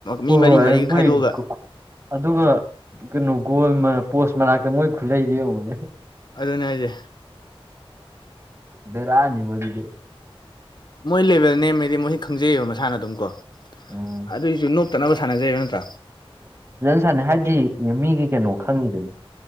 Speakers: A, on the right; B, on the left.
A: ꯍꯣꯏ
B: ꯃꯤ ꯃꯔꯤ
A: ꯍꯣꯏ
B: ꯃꯔꯤꯒ
A: ꯃꯣꯏ
B: ꯈꯥꯏꯗꯣꯛꯑꯒ
A: ꯑꯗꯨꯒ ꯀꯩꯅꯣ ꯒꯣꯜ ꯄꯣꯁ ꯃꯅꯥꯛꯇ ꯃꯣꯏ ꯈꯨꯠꯂꯛꯏꯗꯤ ꯌꯦꯡꯨꯛꯅꯦ
B: ꯑꯗꯨꯅꯦ ꯍꯥꯏꯁꯦ
A: ꯕꯔꯅꯤ ꯃꯗꯤꯒ
B: ꯃꯣꯏ ꯂꯦꯕꯦꯜ ꯅꯦꯝ ꯍꯥꯏꯗꯤ ꯃꯣꯏꯁꯤ ꯈꯪꯖꯩꯌꯦꯕ ꯃꯁꯥꯅ ꯑꯗꯨꯝ ꯀꯣ
A: ꯎꯝ
B: ꯑꯗꯨꯏꯁꯨ ꯅ ꯇꯠꯅꯕ ꯁꯥꯟꯅꯖꯔꯤꯕꯕ ꯅꯠꯇ꯭ꯔꯥ
A: ꯁꯥꯅꯦ ꯍꯥꯏꯗꯤ ꯃꯤꯒꯤ ꯀꯩꯅꯣ ꯈꯪꯉꯤꯗꯅꯤ